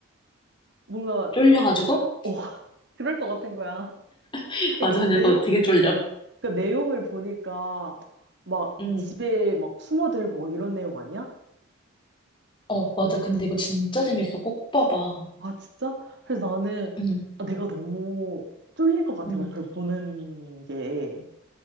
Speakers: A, on the right (about 55°); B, on the left (about 25°).
A: 뭔가
B: 쫄려가지고?
A: 어, <laughs> 그럴 것 같은 거야.
B: <laughs>
A: 그러니까
B: 맞아, 근데
A: 내용
B: 너 되게 쫄려.
A: 그러니까 내용을 보니까 막
B: 응.
A: 집에 막 숨어들고 막 이런 내용 아니야?
B: 어, 맞아. 근데 이거 진짜 재밌어. 꼭 봐봐.
A: 아, 진짜? 그래서 나는
B: 응,
A: 아, 내가 너무 쫄릴 것 같은
B: 응,
A: 거야, 그걸 보는 게.